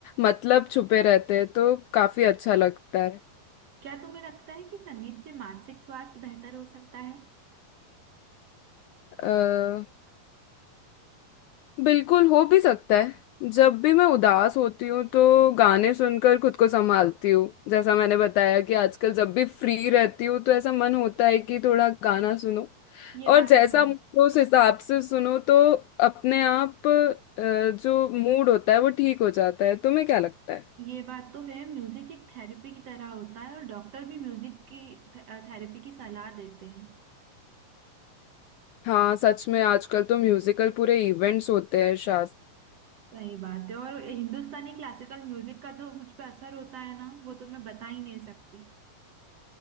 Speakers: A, on the left; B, on the right.
A: मतलब छुपे रहते हैं तो काफी अच्छा लगता
B: क्या तुम्हें लगता है कि संगीत से मानसिक स्वास्थ्य बेहतर हो सकता है
A: है बिल्कुल हो भी सकता है जब भी मैं उदास होती हूँ तो गाने सुनकर खुद को संभालती हूँ जैसा मैंने बताया कि आजकल जब भी फ्री रहती हूँ तो ऐसा मन होता है कि थोड़ा गाना सुनो
B: ये
A: और
B: बात
A: जैसा
B: तो है
A: मूड हो उस हिसाब से सुनो तो अपने आप अ, जो मूड होता है वो ठीक हो जाता है तुम्हें क्या लगता है
B: ये बात तो है म्यूजिक एक थेरेपी की तरह होता है और डॉक्टर भी म्यूजिक की थे- थेरेपी की सलाह देते हैं
A: हाँ सच में आजकल तो म्यूजिकल पूरे इवेंट्स होते हैं शायद
B: सही बात है और हिंदुस्तानी क्लासिकल म्यूजिक का जो मुझ पे असर होता है ना वो तो मैं बता ही नहीं सकती